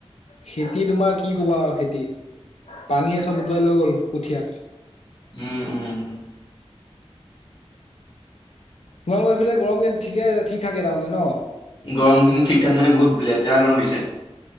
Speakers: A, on the left; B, on the left.
A: খেতি তোমাৰ কি কবা আৰু খেতি পানী চব উটুৱাই লৈ গ'ল কঠীয়া।
B: উম, উম, উম।
A: তোমালোকৰ সিফালে গৰম ঠিকে ঠিক থাকে তাৰমানে ন।
B: গৰমখিনি ঠিক ঠাক মানে বহুত লেতেৰা গৰম দিছে।